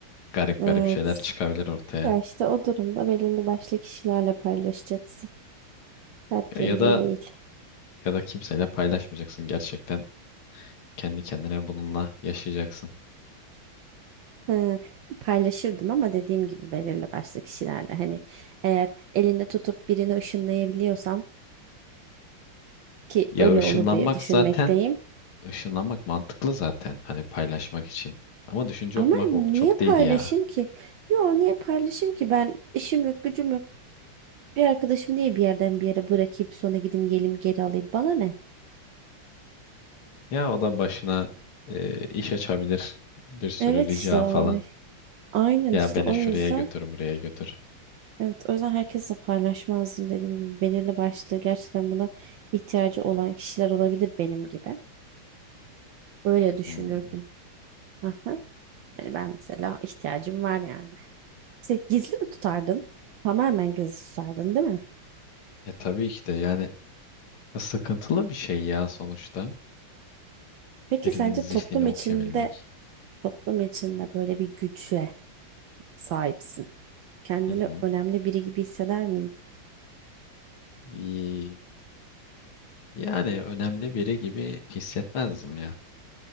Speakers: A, on the left; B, on the right.
A: Garip
B: Evet.
A: garip şeyler çıkabilir ortaya.
B: Ya işte o durumda belirli başlı kişilerle paylaşacaksın. Herkesle
A: Ya ya da
B: değil.
A: ya da kimseyle paylaşmayacaksın gerçekten. Kendi kendine bununla yaşayacaksın.
B: Hı, paylaşırdım ama dediğim gibi belirli başlı kişilerle hani eğer elinde tutup birini ışınlayabiliyorsam ki
A: Ya
B: öyle
A: ışınlanmak
B: olur diye düşünmekteyim.
A: zaten ışınlanmak mantıklı zaten hani paylaşmak için. Ama düşünce
B: Ama
A: okumak
B: niye
A: o- çok
B: paylaşayım
A: değil ya.
B: ki? Yo niye paylaşayım ki? Ben işim yok, gücüm yok. Bir arkadaşımı niye bir yerden bir yere bırakıp sonra gideyim gelim geri alayım? Bana ne?
A: Ya o da başına e, iş açabilir. Bir sürü
B: Evet
A: rica
B: işte ay.
A: falan.
B: Aynen
A: Ya
B: işte
A: beni
B: o
A: şuraya
B: yüzden
A: götür, buraya götür.
B: evet o yüzden herkesle paylaşmazdım dediğim gibi belirli başlı gerçekten buna ihtiyacı olan kişiler olabilir benim gibi. Böyle düşünürdüm.
A: Hmm.
B: Aha. Yani ben mesela ihtiyacım var yani. İşte gizli mi tutardın? Tamamen gizli tutardın, değil mi?
A: E tabii ki de yani Sıkıntılı bir şey ya sonuçta.
B: Peki
A: Birinin
B: sence
A: zihnini
B: toplum
A: okuyabilmek.
B: içinde toplum içinde böyle bir güce sahipsin. Kendini
A: Hı hı.
B: önemli biri gibi hisseder miydin?
A: İyi. Yani önemli biri gibi hissetmezdim ya.